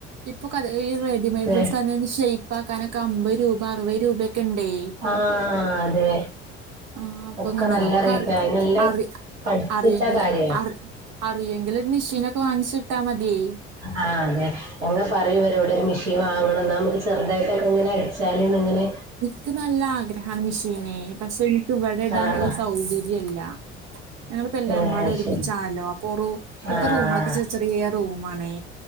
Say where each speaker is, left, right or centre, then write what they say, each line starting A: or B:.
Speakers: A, on the right; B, on the right.
A: ഇപ്പൊ ക ഈ റെഡിമെയ്ഡ്
B: ഏഹ്
A: ഡ്രസ് അരെ ഷൈ പാക്കാനൊക്കെ അമ്പത് രൂപ അറുപത് രൂപയക്കെ ഉണ്ടേ.
B: അ്ഹ അതെ
A: ആ അപ്പൊ
B: ഒക്കെ നല്ല
A: നിങ്ങൾക്കൊക്കെ
B: റൈറ്റ
A: അറി
B: അതിനെലം
A: അറി
B: പഠിചെ
A: അറിയെങ്കിൽ
B: ച്ച കാര്യം.
A: അറി അറിയെങ്കിൽ ഒരു മെഷീനൊക്കെ വാങ്ങിച്ചിട്ടാ മതി.
B: ആഹ് അതെ ഒന്ന് പറയുവരട് ഒരു മിഷീൻ വാങ്ങണം എന്ന് ഇന്നാ ചെറുതായിട്ടൊക്കെ ഇങ്ങനെ അച്ചാല് ന്ന് ഇങ്ങനെ
A: ക്ക് നല്ല ആഗ്രഹാ മിഷീന് പക്ഷെ ഇന്ക്ക് ഇവിടെ ഇടാനുള്ള
B: ആഹ്
A: സൗകര്യല്ല ഞങ്ങളി ഇപ്പോ എല്ലാരും
B: ഏഹ്
A: പാടെ
B: അത്
A: ഒരുമിച്ചായല്ലോ
B: ശരി
A: അപ്പൊ റു ഇവിടുത്തെ
B: ആഹ്
A: റൂമാളൊക്കെ ചെറി ചെയ്യ റൂമാണേ